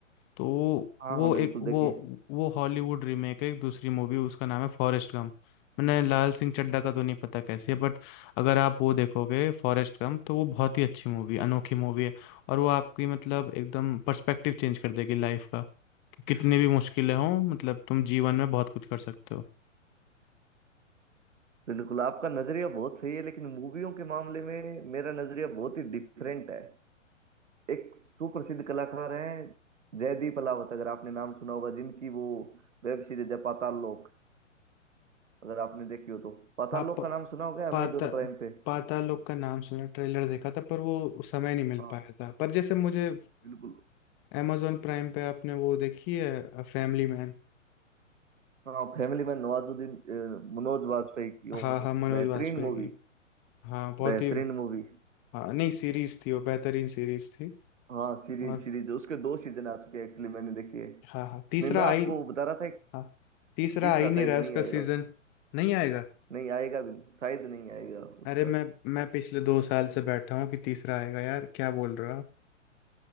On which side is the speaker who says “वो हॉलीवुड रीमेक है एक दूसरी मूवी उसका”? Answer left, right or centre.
Left